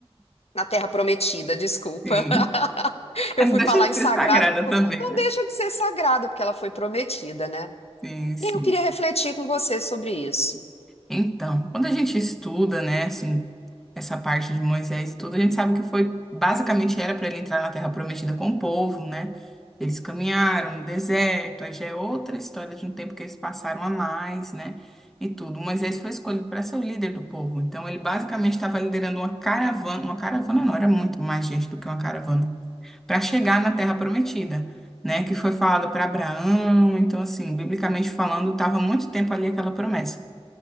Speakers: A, on the left; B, in the centre.
A: Na Terra Prometida, desculpa.
B: Sim.
A: <laughs> Eu
B: É,
A: fui
B: não Deixa
A: falar
B: de
A: em
B: ser
A: sagrado,
B: sagrada também,
A: não
B: né?
A: deixa de ser sagrada, porque ela foi prometida, né?
B: Sim, sim.
A: E aí eu queria refletir com você sobre isso.
B: Então, quando a gente estuda, né, assim, essa parte de Moisés e tudo, a gente sabe que foi, basicamente era para ele entrar na Terra Prometida com o povo, né? Eles caminharam no deserto, aí já é outra história de um tempo que eles passaram a mais, né? E tudo. Moisés foi escolhido para ser o líder do povo. Então, ele basicamente estava liderando uma caravana, uma caravana não, era muito mais gente do que uma caravana para chegar na Terra Prometida, né? Que foi falado para Abraão. Então, assim, biblicamente falando, estava muito tempo ali aquela promessa.